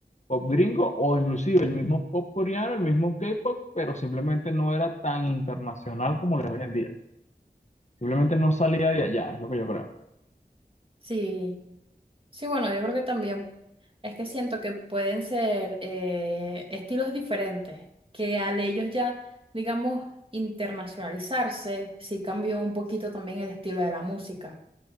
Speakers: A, on the left; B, on the right.
A: pop gringo o inclusive el mismo pop coreano, el mismo K-pop, pero simplemente no era tan internacional como lo es hoy en día. Simplemente no salía de allá, es lo que yo creo.
B: Sí. Sí, bueno, yo creo que también es que siento que pueden ser eh, estilos diferentes, que al ellos ya, digamos, internacionalizarse, sí cambió un poquito también el estilo de la música,